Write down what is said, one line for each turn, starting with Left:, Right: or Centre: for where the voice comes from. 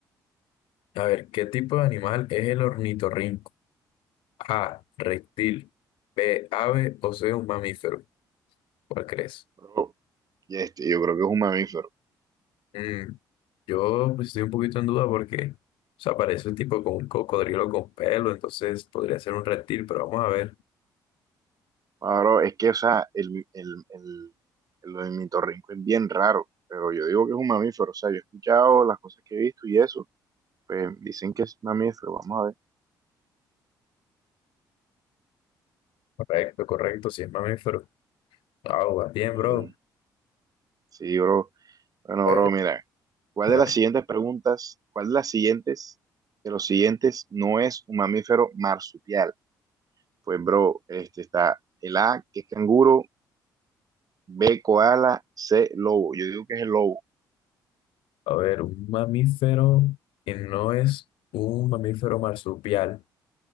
Left: A ver, ¿qué tipo de animal es el ornitorrinco? A, reptil, B, ave o C, un mamífero. ¿Cuál crees?
Right: bro. Y este, yo creo que es un mamífero.
Left: Mm, yo pues, estoy un poquito en duda porque, o sea, parece un tipo con un cocodrilo con pelo, entonces podría ser un reptil, pero vamos a ver.
Right: Ah, bro, es que, o sea, el, el, el, el, el ornitorrinco es bien raro, pero yo digo que es un mamífero. O sea, yo he escuchado las cosas que he visto y eso, pues dicen que es mamífero. Vamos a ver.
Left: Correcto, correcto, si es mamífero. Ah, va bien,
Right: Qué bien.
Left: bro.
Right: Sí, bro. Bueno,
Left: A
Right: bro,
Left: ver,
Right: mira, ¿cuál
Left: dale.
Right: de las siguientes preguntas, cuál de las siguientes, de los siguientes no es un mamífero marsupial? Pues, bro, este está el A, que es canguro, B, koala, C, lobo. Yo digo que es el lobo.
Left: A ver, un mamífero que no es un mamífero marsupial.